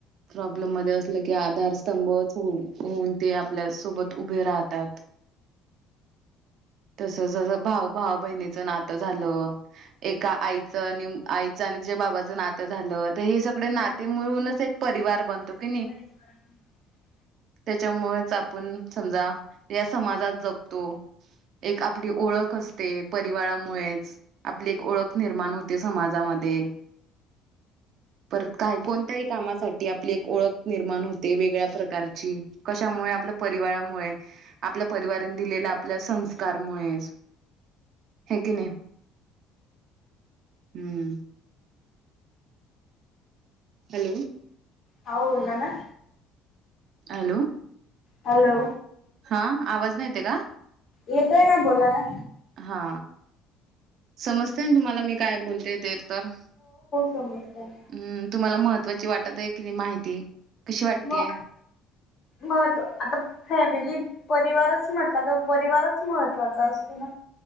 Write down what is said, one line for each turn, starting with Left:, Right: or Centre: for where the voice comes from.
Right: मध्ये असलं की आधारस्तंभ होऊन ते आपल्या सोबत उभे राहतात. तस भाऊ भाव बहिणीचं नातं झालं. एका आईचं आणि आईचं आणि जे बाबाचं नातं झालं तर हे सगळे नातेमुळेळूनच एक परी वार बनतो. की
Left: <inaudible>
Right: नाही त्याच्यामुळेच आपण समजा या समाजात जगतो. एक आपली ओळख असते परिवारामुळेच! आपली एक ओळख निर्माण होते समाजामध्ये, परत काय कोणत्याही कामासाठी आपली एक ओळख निर्माण होते वेगळ्या प्रकारची कशामुळे आपल्या परिवारामुळे आपल्या परिवार दिलेल्या आपल्या संस्कारमुळे हे की नाय. हम्म हॅलो!
Left: हा बोला ना.
Right: हॅलो!
Left: हॅलो!
Right: हा आवाज नाही येते का?
Left: येतय ना बोला ना.
Right: हा समजते ना तुम्हाला मी काय बोलते ते तर?
Left: समजतंय.
Right: हम्म तुम्हाला महत्त्वाची वाटत आहे किती माहिती? कशी वाटतेय
Left: मग महत्व आता फॅमिली परिवारच म्हटला तर परिवारच महत्त्वाचा असतो ना?